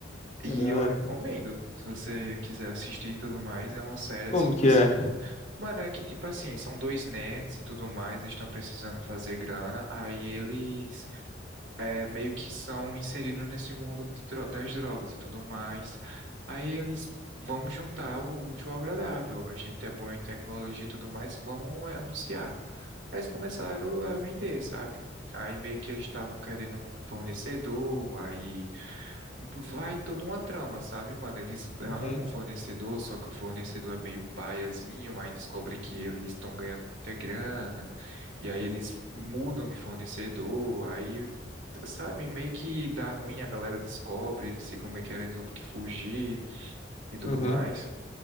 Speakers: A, on the right (about 80°); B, on the left (about 35°).
A: E
B: É da
A: eu
B: hora.
A: recomendo, se você quiser assistir e tudo mais, é uma série
B: Como
A: assim
B: que
A: que você.
B: é?
A: Mano, é que tipo assim, são dois nerds e tudo mais, eles estão precisando fazer grana, aí eles é, meio que são inseridos nesse mundo de dro- das drogas e tudo mais. Aí eles vamos juntar o útil ao agradável. A gente é bom em tecnologia e tudo mais, vamos é, anunciar. Aí eles começaram a vender, sabe? Aí meio que eles estavam querendo um fornecedor, aí vai toda uma trama, sabe, mano? Eles arrumam
B: Uhum,
A: um fornecedor, só que o fornecedor é meio paiazinho, aí descobre que eles estão ganhando muita grana, e aí eles mudam de fornecedor, aí sabe, meio que dá ruim, a galera descobre, eles ficam meio querendo que fugir e tudo
B: uhum.
A: mais.